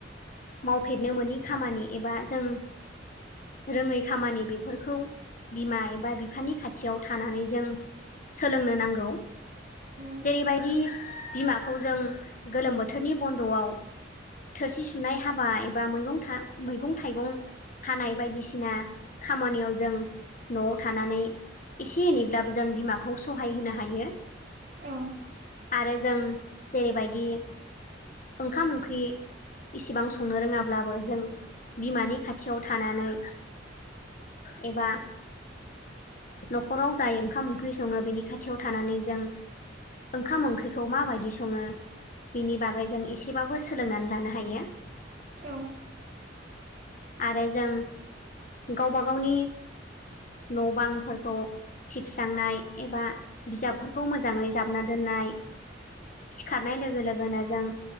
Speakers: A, on the left; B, on the right.
A: मावफेरनो मोनोनि खामानि एबा जों रोङै खामानि बे बेफोरखौ बिमा एबा बिफानि खाथियाव थानानै जों सोलोंनो नांगौ।
B: उम
A: जेरैबायदि बिमाखौ जों गोलोम बोथोरनि बन्द'आव थोरसि सुनाय हाबा एबा मैगं मैगं थाइगं हानाय बायदिसिना खामानियाव जों न'आव थानानै एसे एनैब्लाबो जों बिमाखौ सहाय होनो हायो।
B: औ।
A: आरो जों जेरैबायदि ओंखाम ओंख्रि इसिबां संनो रोङाब्लाबो जों बिमानि खाथियाव थानानै एबा न'खराव जाय ओंखाम ओंख्रि सङो बेनि खाथियाव थानानै जों ओंखाम ओंख्रिखौ माबायदि सङो? बिनि बागै जों एसेबाबो सोलोंनानै लानो हायो।
B: औ।
A: आरो जों गावबा गावनि न' बांफोरखौ सिबस्रांनाय एबा बिजाबफोरखौ मोजाङै जाबना दोननाय। सिखारनाय लोगो लोगोनो जों